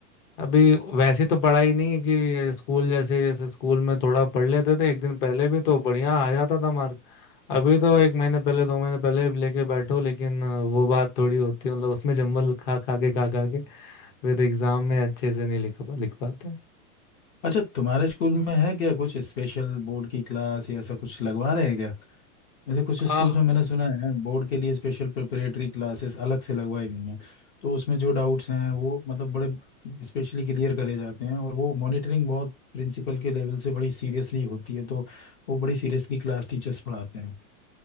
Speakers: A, on the left (about 35°); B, on the left (about 15°).
A: अभी वैसे तो पढ़ाई नहीं है कि स्कूल जैसे जैसे स्कूल में थोड़ा पढ़ लेते थे एक दिन पहले भी तो बढ़िया आ जाता था मार्क अभी तो एक महीने पहले दो महीने पहले भी लेके बैठो लेकिन अ, वो बात थोड़ी होती है मतलब उसमें जम्बल खा खा के खा खा के फिर एग्जाम में अच्छे से नहीं लिख पा लिख पाते
B: अच्छा तुम्हारे स्कूल में है क्या कुछ स्पेशल बोर्ड की क्लास या ऐसा कुछ लगवा रहे हैं क्या जैसे कुछ स्कूल्स
A: आ,
B: में मैंने सुना है बोर्ड के लिए स्पेशल प्रिपरेटरी क्लासेस अलग से लगवाई गई हैं तो उसमें जो डाउट्स हैं वो मतलब बड़े स्पेशली क्लियर करे जाते हैं और वो मॉनिटरिंग बहुत प्रिंसिपल के लेवल से बड़ी सीरियसली होती है तो वो बड़ी सीरियसली क्लास टीचर्स पढ़ाते हैं